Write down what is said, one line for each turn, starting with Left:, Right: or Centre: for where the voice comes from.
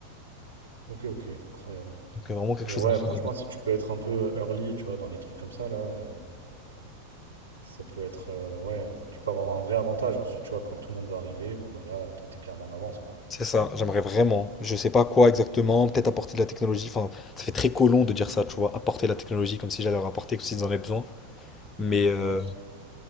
Right: ok, ok, incroyable.
Left: Donc euh, vraiment quelque
Right: Et
Left: chose
Right: ouais,
Left: à faire.
Right: franchement, si tu peux être un peu early, tu vois, dans les trucs comme ça, là. euh, Ça peut être, heu, ouais, tu peux avoir un vrai avantage ensuite, tu vois? Quand tout le monde va arriver, bon, bah, là, toi, t'es clairement en avance, quoi.
Left: C'est ça, j'aimerais vraiment. Je sais pas quoi exactement, peut-être apporter de la technologie. Enfin, ça fait très colon de dire ça, tu vois, apporter la technologie comme si j'allais leur apporter, comme s'ils en avaient besoin. Mais euh,
Right: Ouais,